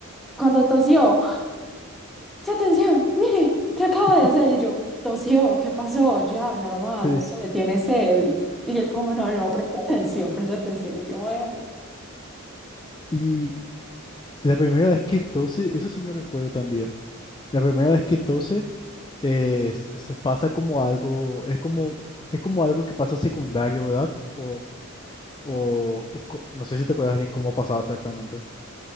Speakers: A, in the centre; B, on the left.
A: Cuando tosió, ¡se atención! ¡Mire! ¿Qué acabo
B: <laughs>
A: de hacer? Y yo, tosió, ¿qué pasó? Ya, normal,
B: sí.
A: no sé, tiene sed. Y, y él como, no, no, presta atención, presta atención. Y yo, bueno.
B: Y La primera vez que tose, eso sí no recuerdo también. La primera vez que tose eh, s- se pasa como algo, es como, es como algo que pasa secundario, ¿verdad? O, o, o co- no sé si te acuerdas bien cómo pasaba exactamente.